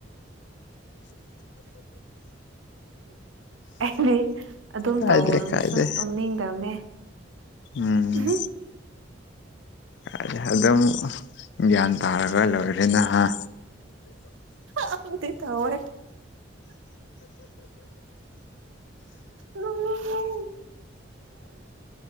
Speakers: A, on the right; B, on the left.
A: ꯑꯩꯗꯤ ꯑꯗꯨꯝ
B: ꯀꯥꯏꯗꯦ
A: ꯇꯧꯔꯒꯁꯨ
B: ꯀꯥꯏꯗꯦ
A: ꯇꯨꯝꯅꯤꯡꯗꯝꯅꯦ
B: ꯎꯝ
A: ꯑꯍꯨ
B: ꯀꯥꯏꯗꯦ ꯑꯗꯨꯝ ꯒ꯭ꯌꯥꯟ ꯇꯥꯔꯒ ꯂꯣꯏꯔꯦꯅ ꯍꯥ
A: ꯈꯪꯗꯦ ꯇꯧꯋꯦ ꯅꯨꯡꯉꯥꯢ